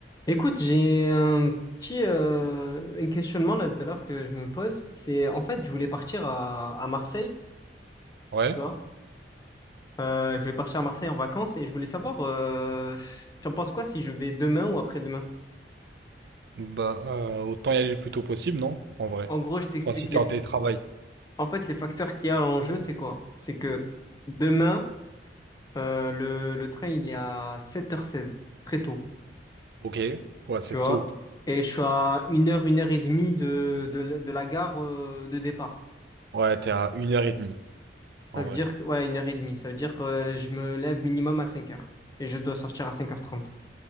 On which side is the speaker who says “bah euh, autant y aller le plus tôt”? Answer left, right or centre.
Right